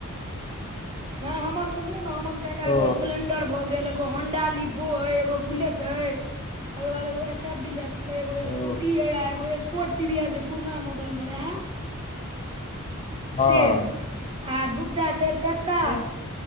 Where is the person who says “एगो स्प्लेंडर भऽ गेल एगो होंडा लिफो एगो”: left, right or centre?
Right